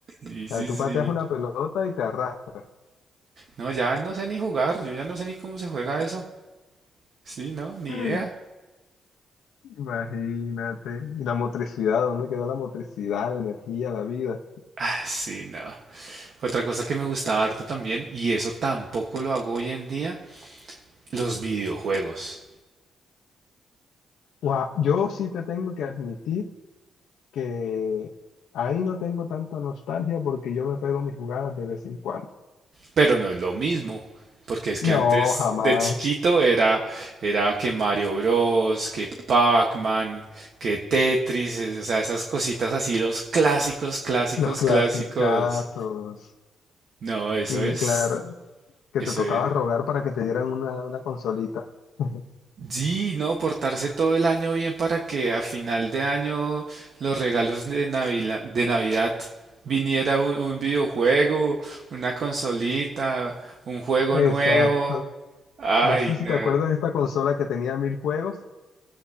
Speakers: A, on the right; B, on the left.
A: Sí, sí,
B: sea, tú
A: sí.
B: pateas una pelota y te arrastras. <gasps>
A: No, ya no sé ni jugar, yo ya no sé ni cómo se juega eso. Sí, no, ni
B: <laughs>
A: idea.
B: Imagínate. Y la motricidad, ¿dónde quedó la motricidad, la energía, la vida?
A: Ah, sí, no. Otra cosa que me gustaba harto también, y eso tampoco lo hago hoy en día, los videojuegos.
B: Guau, yo sí te tengo que admitir que ahí no tengo tanta nostalgia porque yo me pego mis jugadas de vez en cuando.
A: Pero no es lo mismo, porque es que antes
B: No, jamás.
A: de chiquito era, era que Mario Bros, que Pac-Man, que Tetris, es- o sea, esas cositas así, los clásicos, clásicos,
B: Los clasicazos.
A: clásicos. No, eso
B: Sí,
A: es,
B: claro. Que
A: eso
B: te tocaba
A: es.
B: rogar para que te dieran una, una consolita. <laughs>
A: Sí, no, portarse todo el año bien para que a final de año los regalos de Navidad, de Navidad viniera un, un videojuego, una consolita, un juego
B: Exacto.
A: nuevo. Ay,
B: No sé si
A: no.
B: te acuerdas de esta consola que tenía mil juegos.